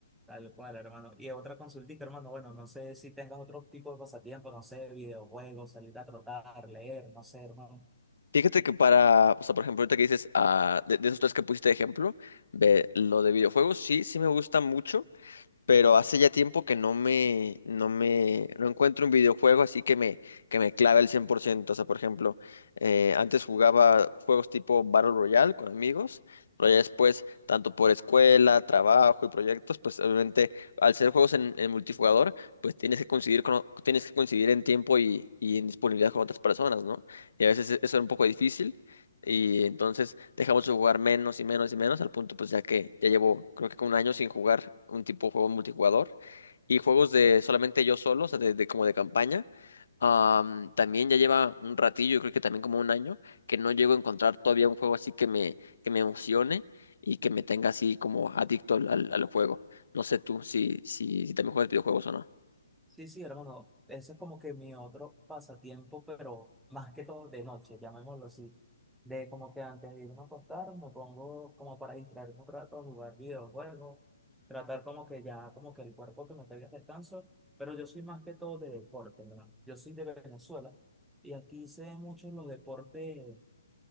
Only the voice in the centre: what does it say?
tal cual, hermano. Y otra consultita, hermano, bueno, no sé si tengas otro tipo de pasatiempo, no sé, videojuegos, salir a trotar, leer, no sé, hermano.
Sí, sí, hermano, ese es como que mi otro pasatiempo, pero más que todo de noche, llamémoslo así. De como que antes de irme a acostar, me pongo como para distraerme un rato a jugar videojuegos, tratar como que ya, como que el cuerpo que me pegue descanso, pero yo soy más que todo de deporte, hermano. Yo soy de Venezuela y aquí hice muchos los deportes